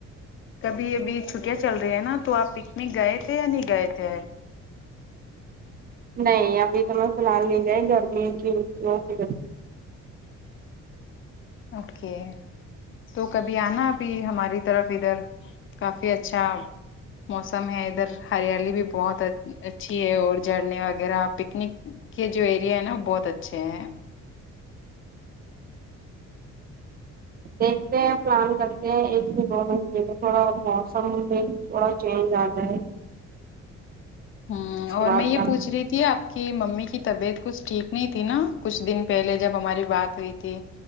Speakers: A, on the left (about 45°); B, on the right (about 30°).
A: کبھی ابھی چھٹیاں چل رہی ہیں نا تو آپ پکنک گئے تھے یا نہیں گئے تھے
B: نہیں ابھی تو میں ف الحال ل جئی گرمیوں کی
A: اٹ کے تو کبھی آنا بھی ہماری طرف ادھر کافی اچھا موسم ہے ادھر ہریالی بھی بہت اچھی ہے اور جھرنے وغیرہ پ پکنک کے جو ایریا ہے نا بہت اچھے ہیں
B: دیکھتے ہیں پلان کرتے ہیں ایک سے دو مہٹے میں تھوڑا موسم میں تھوڑا چینج آ جائے
A: ہ
B: اس کے
A: اور
B: بعد
A: میں یہ
B: پلان
A: پوچھ رہی تھی آپ کی ممی کی طبیعت کچھ ٹھیک نہیں تھی نا کچھ دن پہلے جب ہماری بات ہوئی تھی